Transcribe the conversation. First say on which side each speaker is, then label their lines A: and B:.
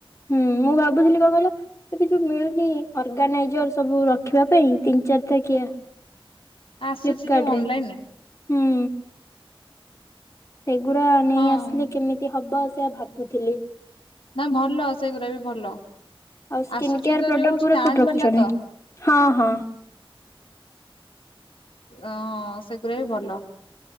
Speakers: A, on the left; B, on the left.
A: ହୁଁ ମୁଁ ଭାବୁଥିଲି କଣ କହିଲ ଏବେ ଯୋଉ ମିଳୁନି ଅର୍ଗାନାଇଜର ସବୁ ରଖିବା ପାଇଁ ତିନି ଚାରିଟ କିିଆ ଫ୍ଲିପକାର୍ଟ
B: ଆସୁଛି ଯୋଉ ଅନଲାଇନରେ
A: ରରେ ହୁଁ। ସେଗୁଡ଼ା ନେଇ
B: ହଁ
A: ଆସିଲେ କେମିତି ହବ। ସେ ଭାବୁଥିଲି
B: ନା ଭଲ ସେଗୁଡା ବି ଭଲ
A: ଆଉ ସ୍କିନ୍
B: ଆସୁଛି
A: କେୟାର
B: ତ
A: ପ୍ରଡକ୍ଟ
B: ଯୋଉ
A: ଗୁରା
B: ଷ୍ଟାଣ୍ଡ
A: କୋଉଠି ରଖିଛନ୍ତି?
B: ବାଲା ତ।
A: ହଁ ହଁ।
B: ହ ସେଗୁଡା ବି ଭଲ।